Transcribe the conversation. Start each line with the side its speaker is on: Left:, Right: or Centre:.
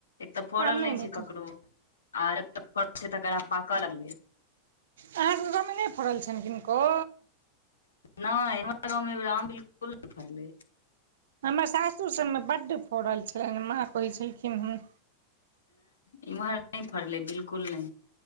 Left: एक तऽ फड़ल
Right: आम नहि
Left: नै
Right: भेटल
Left: छैय ककरो आर फड़ल छैय तकरारा पाक लगलै।
Right: अहाँकेँ गाँव में नै फड़ल छैन किनको
Left: नै हमर गाँव में अएबेर आम बिलकुल न फड़लै
Right: हमर सासुर सभ में बड फोड़ल छलैन माँ कहै छलखिन है
Left: इम्हर नै फरलै बिल्कुल नै